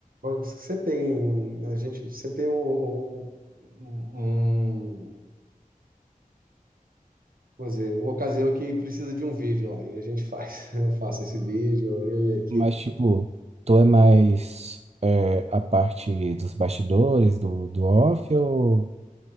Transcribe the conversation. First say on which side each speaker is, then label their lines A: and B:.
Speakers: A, on the right; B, on the right.
A: sempre tem a gente sempre tem um, um, um- vamos dizer, uma ocasião que precisa de um vídeo lá e a gente faz. <laughs> Eu faço esse vídeo, eu e a equipe.
B: mas tipo, tu é mais é, a parte dos bastidores, do, do off, ou